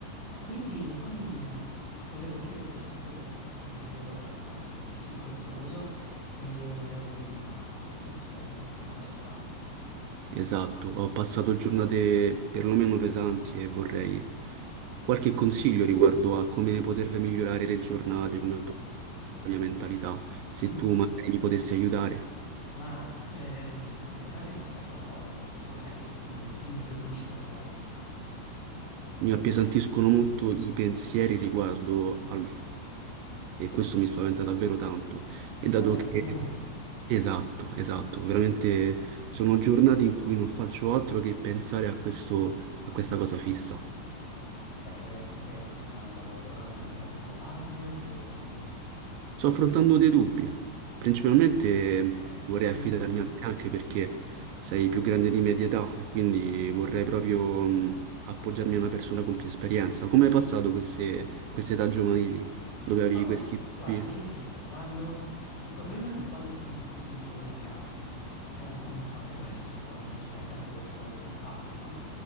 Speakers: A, on the left (about 45°); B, on the right (about 75°).
A: Ah, quindi Ronin, ehm, volevo chiederti, ho sentito che hai passato un periodo abbastanza difficoltoso e volevi una mano, giusto, rispetto a questa cosa qua.
B: Esatto, ho passato giornate perlomeno pesanti e vorrei qualche consiglio riguardo a come poter migliorare le giornate, come po- la mia mentalità, se
A: Mm,
B: tu magari mi potessi aiutare.
A: Ma eh, le giornate pesanti rispetto a cosa? Cioè che cos'è che non ti impedisce di andare avanti?
B: Mi appesantiscono molto i pensieri riguardo al f- e questo mi spaventa davvero tanto.
A: Rispetto
B: E dato
A: al
B: che
A: futuro,
B: esatto, esatto, veramente sono giornate in cui non faccio altro che pensare a questo, a questa cosa fissa.
A: perché adesso stai affrontando qualcosa di particolare oppure...
B: Sto affrontando dei dubbi. Principalmente vorrei affidarmi
A: Mm.
B: a te anche perché sei più grande di me di età e quindi vorrei proprio mh, appoggiarmi a una persona con più esperienza. Come hai passato queste, queste età giovanili dove avevi
A: Ma gua-
B: questi dubbi?
A: guarda, io ti dico, quando il problema di quando appunto una persona è giovane è che ha un- eh, una forte pressione rispetto a quello che dovrebbe fare, no?